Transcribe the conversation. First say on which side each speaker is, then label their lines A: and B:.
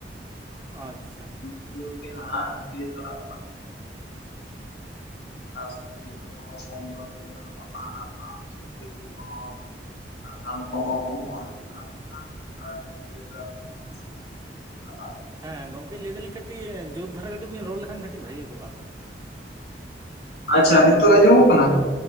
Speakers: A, on the right; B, on the left.
A: ᱟᱪᱪᱷᱟ,
B: ᱼ <inaudible> ᱥᱚᱵᱡᱤ ᱠᱚᱦᱚᱸ ᱠᱚᱢ ᱫᱟᱢ ᱛᱮ ᱧᱟᱢᱚᱜᱼᱟ ᱥᱩᱠᱤᱲᱤ ᱡᱮᱞ ᱠᱚᱦᱚᱸ ᱫᱟᱢ ᱠᱚᱦᱚ ᱠᱚᱢᱚᱜᱼᱟ ᱚᱱᱟ ᱛᱮᱜᱮ <inaudible> ᱼᱼ <unintelligible>
A: ᱦᱮᱸ ᱜᱚᱝᱠᱮ ᱞᱟᱹᱭ ᱫᱟᱞᱤᱧ ᱠᱟᱹᱴᱤᱪ ᱡᱳᱨ ᱫᱷᱟᱨᱟ ᱠᱟᱹᱴᱤᱪ ᱵᱤᱱ ᱨᱚᱲ ᱞᱮᱠᱷᱟᱱ ᱠᱟᱹᱴᱤᱪ ᱵᱷᱟᱹᱜᱤ ᱠᱚᱜᱼᱟ᱾
B: ᱟᱪᱪᱷᱟ ᱱᱤᱛᱚᱜ ᱟᱸᱡᱚᱢᱚᱜ ᱠᱟᱱᱟ᱾